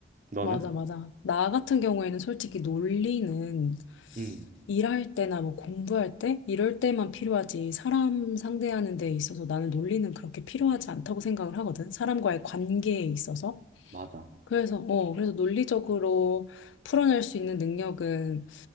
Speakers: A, on the right (about 45°); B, on the left (about 80°).
A: 너는?
B: 맞아, 맞아. 나 같은 경우에는 솔직히 논리는
A: 응,
B: 일할 때나 뭐 공부할 때 이럴 때만 필요하지 사람 상대하는 데 있어서 나는 논리는 그렇게 필요하지 않다고 생각을 하거든. 사람과의 관계에 있어서.
A: 맞아.
B: 그래서 어 그래서 논리적으로 풀어낼 수 있는 능력은